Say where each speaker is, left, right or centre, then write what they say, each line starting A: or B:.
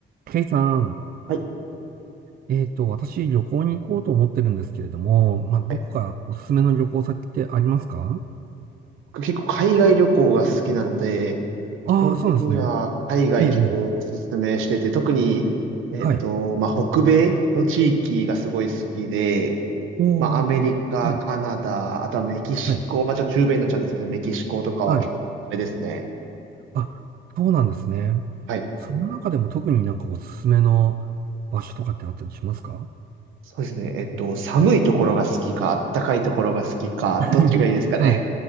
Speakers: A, on the right; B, on the right.
A: ケイさん、
B: はい
A: えっと、私、旅行に行こうと思ってるんですけれども、まあ、どこかおすすめの旅行先ってありますか
B: はい僕結構海外旅行が好きなので、
A: ああー、
B: 基本的には海外結構おすすめしてて、
A: そうなんですね。ええ、ええ
B: 特に、えっと、
A: はい。
B: まあ、北米の地域がすごい好きで、
A: おー、
B: まあ、アメリカ、
A: はい、
B: カナダ、あとはメキシコ、
A: はい、
B: まあ、ちょっと中米になっちゃうんですけど、メキシコとかは結構おすすめですね。
A: はい。あ、そうなんですね。
B: はい。
A: その中でも特になんかおすすめの場所とかってあったりしますか
B: そうですね。えっと、寒いところが好きか、あったかいところが好きか、
A: <laughs>
B: どっちがいいですかね。
A: はい。